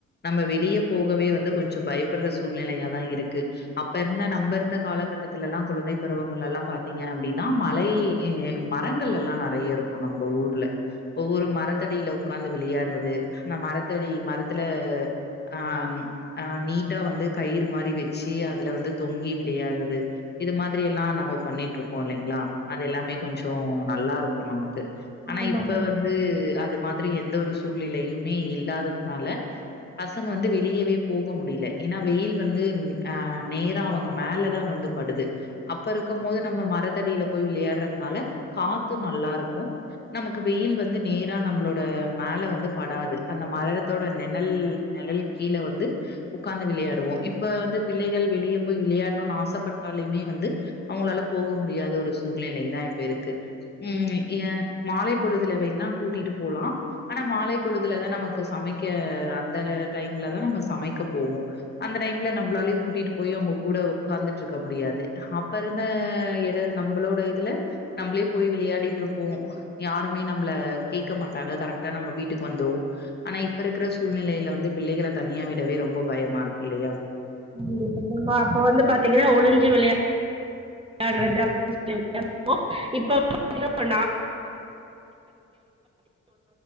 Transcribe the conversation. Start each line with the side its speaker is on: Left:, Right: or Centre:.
Left: நம்ம வெளிய போகவே வந்து கொஞ்ச பயப்படுற சூழ்நிலையாதா இருக்கு அப்ப இருந்த நம்ப இருந்த காலகட்டத்துல எல்லா குழந்தை பருவங்கள் எல்லா பாத்தீங்க அப்டினா மழை அ மரங்கள் எல்லா நறைய இருக்கு நம்ப ஊர்ல ஒவ்வொரு மரத்தடியில உக்காந்து விளையாடுறது அந்த மரத்தடி மரத்துல அம் ஆ நீட்டா வந்து கயிறு மாரி வச்சு அதுல வந்து தொங்கி விளையாடுறது இது மாத்ரி எல்லா நம்ம பண்ணிட்டு இருப்போ இல்லைங்ளா அது எல்லாமே கொஞ்சோ நல்லாருக்கு நமக்கு ஆனா
Right: ஆமாங்க
Left: இப்ப வந் து அது மாத்ரி எந்த ஒரு சூழ்நிலையுமே இல்லாததுனால பசங்க வந்து வெளியவே போக முடிய்ல ஏனா வெயில் வந்து ஆ நேரா அவுங்க மேலதா வந்து படுது அப்ப இருக்கும் போது நம்ம மரத்தடியில போய் விளியாடுறத்னால காத்து நல்லா இருக்கு நமக்கு வெயில் வந்து நேரா நம்மளோட மேல வந்து படாது அந்த மரத்தோட நெனல் நெழல் கீழ வந்து உக்காந்து விளையாடுவோ இப்ப வந்து பிள்ளைகள் வெளிய போய் விளையாடணுன் ஆசப்பட்டாலுமே வந்து அவுங்களால போக முடியாத ஒரு சூழ்நிலை தா இப்ப இருக் கு ம் எ மாலை பொழுதுல வேணா கூட்டிட்டு போலா ஆனா மாலை பொழுதுலதா நமக்கு சமைக்க அந்த டைம்ல தா நம்ம சமைக்க போவோ அந்த டைம்ல நம்மளாலயே கூட்டிட்டு போய் அவுங்க கூட உக்காந்துட்ருக்க முடியாது அப்ப இருந்த எ நம்மளோட இதுல நம்மளே போய் விளையாடிட்ருப்போ யாருமே நம்மள கேக்க மாட்டாங்க கரெக்டா நம்ம வீட்டுக்கு வந்ருவோ ஆனா இப்ப இருக்கிற சூழ்நிலையில வந்து பிள்ளைகள தனியா விடவே ரொம்போ பயமா இருக்கு இல்லையா
Right: கண்டிப்பா நம்ம அப்ப வந்து பாத்தீங்கன்னா ஒளிஞ்சு விளையா யாட்றது <inaudible> இப்ப <inaudible> <inaudible> <inaudible>